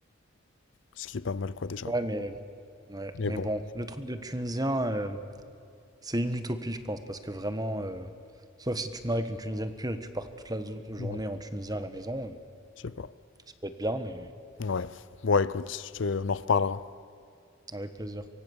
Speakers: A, on the left (about 65°); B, on the right (about 20°).
A: Ce qui est pas mal, quoi, déjà.
B: Ouais, mais, ouais,
A: Mais
B: mais
A: bon,
B: bon, le truc de Tunisien, euh, c'est une utopie, je pense, parce que vraiment, euh, sauf si tu te maries avec une Tunisienne pure et que tu pars toute la zo- journée
A: ouais,
B: en Tunisien à la maison, euh,
A: je sais pas.
B: ça peut être bien, mais
A: Ouais. Bon, écoute, je te- on en reparlera.
B: avec plaisir.